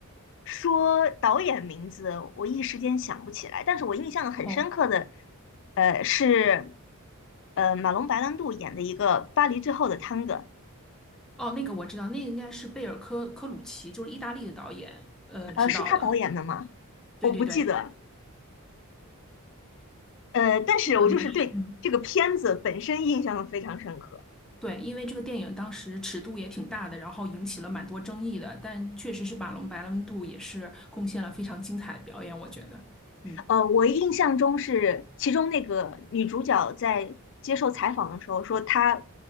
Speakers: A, on the left; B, in the centre.
A: 说导演名字，我一时间想不起来。但是我印象很深刻的，
B: 哦
A: 呃，是呃马龙白兰度演的一个《巴黎最后的探戈》，
B: 哦，那个我知道，那个应该是贝尔科科鲁奇，就是意大利的导演呃执导的。
A: 呃，是他导演的吗？
B: 对对对，
A: 我不记得，呃，但是我就是对这个片子本身印象非常深刻。
B: 那个也是，嗯，对，因为这个电影当时尺度也挺大的，然后引起了蛮多争议的，但确实是马龙白兰度也是贡献了非常精彩的表演，我觉得。嗯，
A: 呃，我印象中是其中那个女主角在接受采访的时候说她，